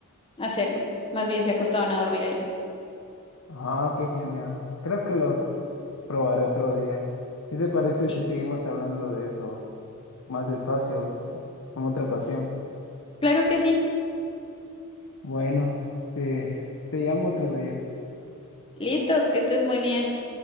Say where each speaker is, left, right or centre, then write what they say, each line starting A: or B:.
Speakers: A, on the left (about 25°); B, on the left (about 75°).
A: a hacerlo. Más bien se acostaban a dormir ahí.
B: Ah, qué genial. Creo que lo probaré otro día. ¿Qué te parece
A: Sí.
B: si seguimos hablando de eso más despacio en otra ocasión?
A: Claro que sí.
B: Bueno, te, te llamo otro día.
A: Listo, que estés muy bien.